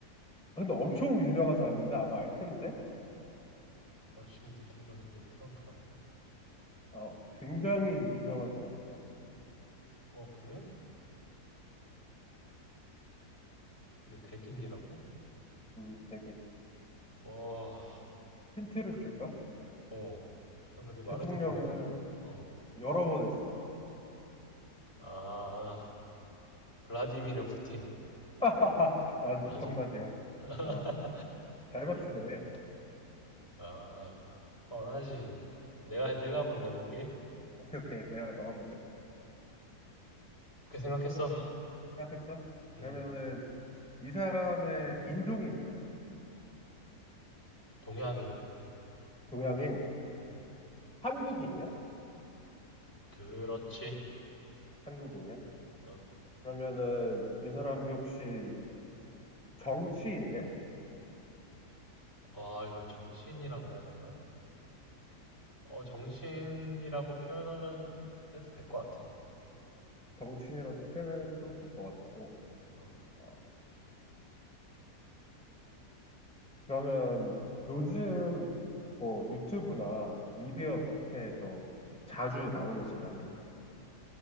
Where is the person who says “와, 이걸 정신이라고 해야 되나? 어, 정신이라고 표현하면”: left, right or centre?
Left